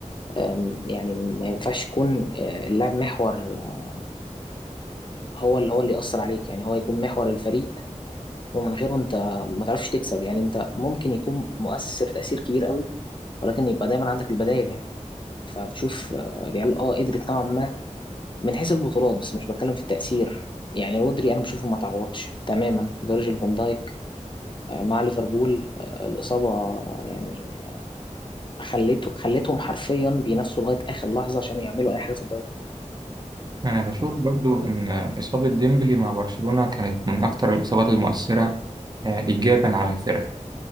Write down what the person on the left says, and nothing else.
آم، يعني ما ينفعش يكون آه، اللاعب محور آه، هو اللي هو اللي يأثر عليك يعني هو يكون محور الفريق ومن غيره انت ما تعرفش تكسب يعني انت ممكن يكون مؤثر تأثير كبير قوي ولكن يبقى دايما عندك البدائل يعني فبشوف آه، ريال اه قدرت نوعا ما من حيث البطولات بس مش بتكلم في التأثير يعني رودري انا بشوفه ما تعوضش تماما فيرجيل فان دايك آه، مع ليفربول آه، الإصابة يعني خليته خليتهم حرفيا بينافسوا لغايه اخر لحظه عشان يعملوا اي حاجه في الدوري